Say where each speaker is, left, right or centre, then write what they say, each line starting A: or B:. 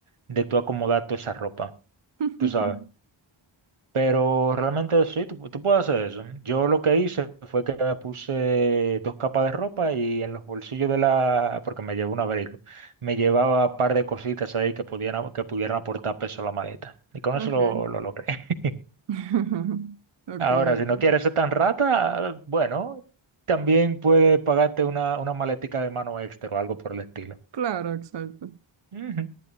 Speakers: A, on the right; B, on the right.
A: de tú acomodar toda esa ropa,
B: <laughs>
A: tú sabes. Pero realmente sí, tú, tú puedes hacer eso. Yo lo que hice fue que me puse dos capas de ropa y en los bolsillos de la, porque me llevaba un abrigo, me llevaba un par de cositas ahí que pudieran, que pudieran aportar peso a la maleta. Y con eso
B: Ok.
A: lo, lo logré. <laughs>
B: <laughs> Ok,
A: Ahora, si
B: ok.
A: no quieres ser tan rata, bueno, también puede pagarte una, una maletica de mano extra o algo por el estilo.
B: Claro, exacto.
A: Ujú.